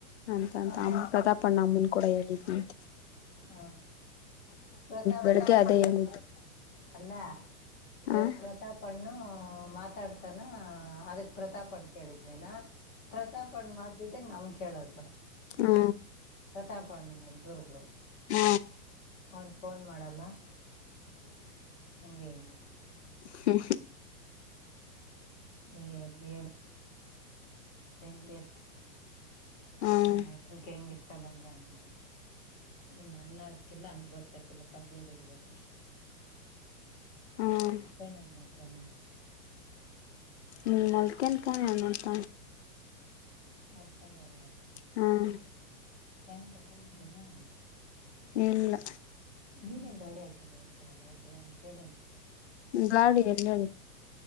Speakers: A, on the left (about 45°); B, on the left (about 25°).
A: ಅಂತಂತ
B: ಹ
A: ಅಮ್ಮ ಪ್ರತಾಪಣ್ಣ ಅಮ್ಮನ ಕೂಡ ಹೇಳಿದ್ನ ಅಂತಿ
B: ಹಾ ಪ್ರತಾಪಣ್ಣ
A: ಬೆಳಿಗ್ಗೆ ಅದೇ
B: ಯವ
A: ಹೇಳಿದ್ದು
B: ಅಲ್ಲ
A: ಹ
B: ಎ ಪ್ರತಾಪ್ ಅಣ್ಣ ಮಾತಾಡ್ತಾನ ಅದಕ್ ಪ್ರತಾಪ ಅಣ ಕೇಳಿದ್ನೇನಾ ಪ್ರತಾಪಣ್ ಮಾಡ್ದಿದಾಗ ನಮ್ ಕೇಳದ್
A: ಹ್ಮ
B: ಪ್ರತಾಪ ಅಣ್ಣ ಮೇಲೆ ದುರ್ಗಲು
A: ಹ್ಮ
B: ಅವನ್ ಫೋನ್ ಮಾಡಲ್ಲ ಹಂಗೆ ಹಿಂಗೆ
A: ಹ್ಮ
B: ಏನು ಹೇಳಏ ಇಂಗ್ಲಿತು
A: ಹ್ಮ್
B: ಯಪ್ಪ ಹೆಂಗ ಇಷ್ಟತ ಬಂದ್ರೆ ಹೆಂಗ ಮಾಡಿ ಇನ್ನ ಅನ್ನ ಆಕಿಲ್ಲ ಅನ್ಭಕ್ತಕಿಲ್ಲ ಕದೇರಿ ಇರ್ಬೇಕಷ್ಟೆ
A: ಹ್ಮ್
B: ಅಪ್ಪೇಣ್ಣ ಏನ್ ಮಾಡತಾನೆ
A: ನೀ ನಲ್ಕನ್ ತ ಎ ಮಾಡತ
B: ಮಲಪಂಡನ
A: ಹ್ಮ
B: ಹೆಂತ ಕೂಳಿದ್ದೇನೆ
A: ಏಳ
B: ನೀನೇನ್ ಗಾಡಿ ಹಾಕೊಂಡಂಡು ಹೋಗ ಹೋಗ ಕೇಳ
A: ಗಾಡಿ ಎಲ್ಲದ